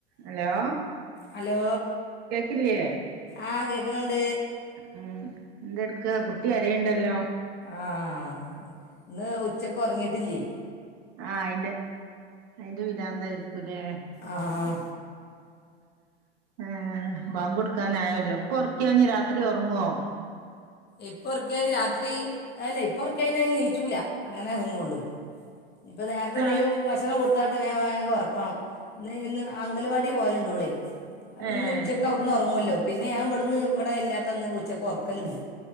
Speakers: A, on the right (about 50°); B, on the left (about 30°).
A: Hello
B: hello
A: കേക്കില്ലേ
B: ആഹ കേക്കണണ്ട്
A: ഉം എന്തെടുക്ക കുട്ടി കരയേണ്ടല്ലോ
B: ആഹ ഇന്ന് ഉച്ചക്ക് ഉറങ്ങിട്ടില്ലേ
A: ആഹ അയിന്റെ അയിന്റെറെ വിടാന്ന്തായിരിക്കൂല്ലേ
B: ആ ആ.
A: ആഹ ബമ്പു കൊടുക്കാനായല്ലോ ഇപ്പൊ ഉറക്കിയ ഇനി രാത്രി ഉറങ്ങുവോ
B: ഇപ്പറക്കെ രാത്രി അല്ല ഇപ്പറകിയ നീച്ചൂല അങ്ങനെ അങ്ങള്ളു ഇപ്പ നേരത്തെ
A: രാവിലെ
B: എന്തെങ്കും വേ ഭക്ഷണം കൊടുത്തായിട് വേഗം ഉറക്കണം ഇന്ന് അങ്കൽവാടി പോലെ ഉണ്ടളേ അപ്പൊ
A: ഏഹ്
B: ഒന്ന് ഉച്ചക്കെ അവിടുന്ന് ഉറങ്ങുവല്ലോ പിന്നെ ഞാൻ ഇവിടുന്ന് ഇവിടെ ഇല്ലാത്ത ഒന്ന് ഉച്ചക്കക്ക് ഉറക്കലുണ്ട്